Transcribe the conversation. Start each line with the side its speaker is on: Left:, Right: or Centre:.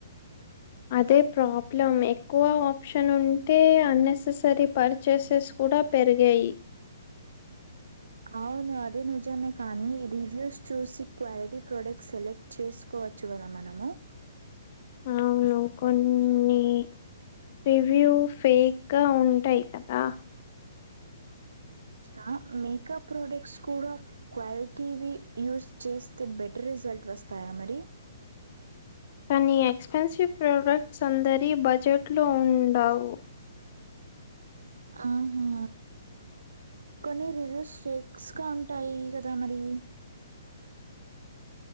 Left: అదే ప్రాబ్లం ఎక్కువ ఆప్షన్ ఉంటే అన్నెససరీ పర్చేసెస్ కూడా పెరిగాయి
Right: అవును అదే నిజమే కానీ రివ్యూస్ చూసి క్వాలిటీ ప్రొడక్ట్స్ సెలెక్ట్ చేసుకు వచ్చు కదా మనము
Left: అవును కొన్ని రివ్యూ ఫేక్ గా ఉంటాయి కదా
Right: ఆ మేకప్ ప్రోడక్ట్స్ కూడా క్వాలిటీవి యూస్ చేస్తే బెటర్ రిజల్ట్ వస్తాయా మరి
Left: కానీ ఎక్స్పెన్సివ్ ప్రొడక్ట్స్ అందరి బడ్జెట్ లో ఉండవు
Right: ఆహా కొన్ని రివ్యూస్ ఫేక్స్ గా ఉంటాయి గదా మరి